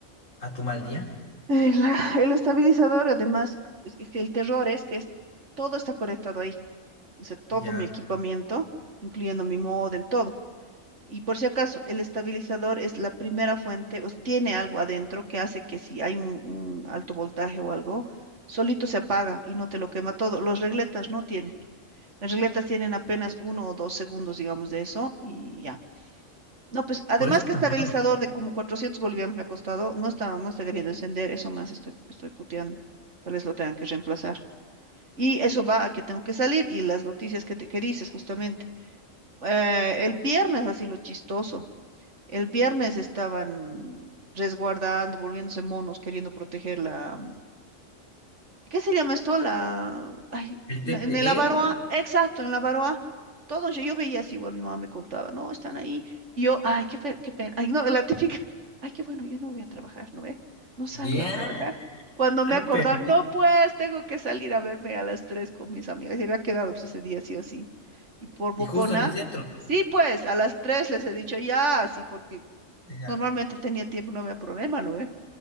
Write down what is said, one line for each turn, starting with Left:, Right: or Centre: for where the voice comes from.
Left: ¿A tu mal día?
Right: el, <laughs> el estabilizador, además, es que es que el terror es que es, todo está conectado ahí. O sea, todo
Left: Ya.
Right: mi equipamiento, incluyendo mi módem, todo. Y por si acaso, el estabilizador es la primera fuente, o s- tiene algo adentro que hace que si hay un, un alto voltaje o algo, solito se apaga y no te lo quema todo. Los regletas no tienen. Las regletas tienen apenas uno o dos segundos, digamos, de eso y ya. No, pues además
Left: Por eso. es
Right: que
Left: tan
Right: estabilizador
Left: caro.
Right: de como 400 bolivianos me ha costado, no está, no está queriendo encender, eso más estoy, estoy puteando. Tal vez lo tengan que reemplazar. Y eso va a que tengo que salir y las noticias que, te, que dices justamente. Eh, el viernes, así lo chistoso, el viernes estaban resguardando, volviéndose monos, queriendo proteger la, ¿Qué se llama esto? La, ay,
Left: El
Right: na-
Left: TCE.
Right: en el Avaroa, exacto, en la Avaroa. Todo, yo, yo veía así, igual mi mamá me contaba, no, están ahí. Y yo, ay, qué, pe- qué pena. Ay, no, la típica, ay, qué bueno, yo no voy a trabajar, ¿no ve? No salgo
Left: Ya.
Right: a trabajar. Cuando
Left: Ay,
Right: me acordaba,
Left: perdón.
Right: no, pues, tengo que salir a verme a las tres con mis amigas. Y había quedado, pues, ese día sí o sí. Y por bocona,
Left: Y justo en el centro.
Right: sí, pues, a las tres les he dicho ya, así, porque
Left: Ya,
Right: normalmente tenía tiempo, no había problema, ¿no ve?